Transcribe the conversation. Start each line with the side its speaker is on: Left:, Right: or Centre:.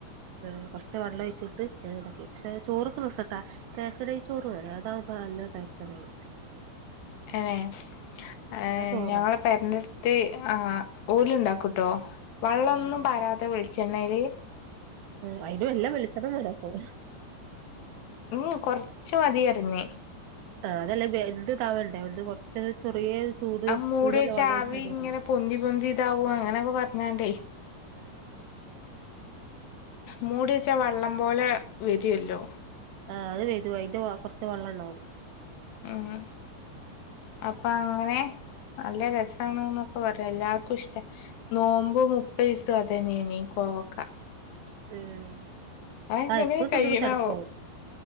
Right: ഏഹ് കൊറച്ച് വള്ളോഴിച്ചിട്ട് ഇണ്ടാക്കി പക്ഷെ ചോറ്ക്ക് രസട്ടാ റേസനരി ചോറ് വേണം അതാവുമ്പോ നല്ല ടെസ്റ്റാണ് കഴിക്കാൻ
Left: എനെ ഏഹ്
Right: ആ ചോറാണ്
Left: ഞങ്ങളെ പെരറ്റെടുത്ത് ആഹ് ഓല്ണ്ടാക്കുട്ടോ വള്ളോന്നും
Right: ആഹ്
Left: പരാതെ വെളിച്ചെണ്ണേല്
Right: ആഹ് അയിനും നല്ല വെളിച്ചെണ്ണ വേണപ്പോ
Left: ഉം കൊറച്ച് മതിയറിഞ്ഞ്
Right: ആഹ് അതല്ലേ വെന്ത് താവണ്ടേ ഒന്ന് കൊറച്ചോരു ചെറി ചൂട്
Left: അത് മൂടി
Right: ചൂടല്ല
Left: വെച്ച
Right: വള്ളോയിച്ചാൽ
Left: ആവി
Right: മതി
Left: ഇങ്ങനെ പൊന്തി പൊന്തി ഇതാവും
Right: ആഹ്
Left: അങ്ങനെയൊക്കെ പറഞ്ഞാണ്ടേ
Right: ആഹ്
Left: മുടിവെച്ചാ വള്ളം പോലെ വരുവേല്ലോ
Right: ആഹ് അത് വരും അയിന്റെ കൊറച്ച് വെള്ളണ്ടാവും
Left: ആഹ് അപ്പ അങ്ങനെ നല്ല രസാണ്ന്നൊക്കെ പറയാ എല്ലാർക്കും ഇഷ്ട്ടാ നോമ്പ് മുപ്പെസവും അതെനേയ്നി കോവക്ക
Right: ഉം
Left: അതെങ്ങനെ
Right: ആ എപ്പഴും
Left: കയ്യ്ണാവോ
Right: തിന്നുമ്പോ ചടപ്പാവും